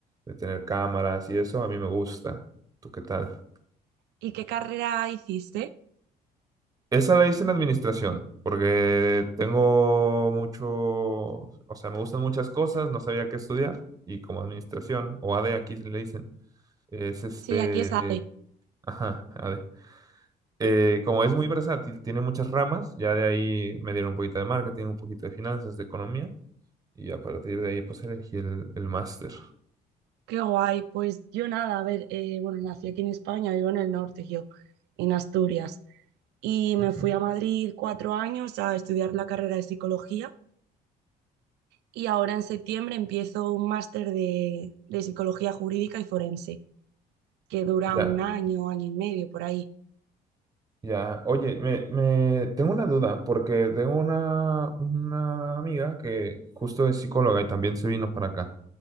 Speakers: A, on the right (about 20°); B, on the right (about 80°).
A: de tener cámaras y eso, a mí me gusta. ¿Tú qué tal?
B: ¿Y qué carrera hiciste?
A: Esa la hice en administración, porque tengo mucho, o sea, me gustan muchas cosas, no sabía qué estudiar, y como administración, o A AD aquí le dicen. Es este.
B: Sí, aquí está.
A: Ajá, a ver. Eh, como es muy versátil, tiene muchas ramas. Ya de ahí me dieron un poquito de marketing, un poquito de finanzas, de economía. Y a partir de ahí, pues elegí el, el máster.
B: Qué guay. Pues yo nada, a ver, eh, bueno, nací aquí en España, vivo en el norte, yo, en Asturias. Y me
A: Ujú.
B: fui a Madrid cuatro años a estudiar la carrera de psicología y ahora en septiembre empiezo un máster de, de psicología jurídica y forense, que dura
A: Ya,
B: un año, año y medio por ahí.
A: ya. Oye, me, me- tengo una duda, porque tengo una, una amiga que justo es psicóloga y también se vino para acá.